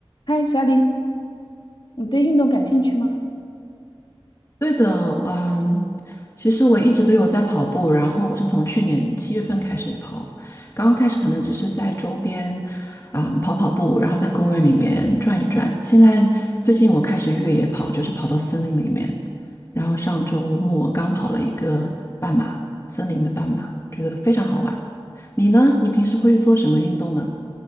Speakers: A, on the left; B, on the left.
A: 嗨，小李，你对运动感兴趣吗？
B: 对的，嗯，其实我一直都有在跑步，然后我是从去年七月份开始跑，刚刚开始可能只是在周边，嗯，跑跑步，然后在公园里面转一转。现在最近我开始越野跑，就是跑到森林里面，然后上周末刚跑了一个半马，森林的半马，觉得非常好玩。你呢？你平时会做什么运动呢？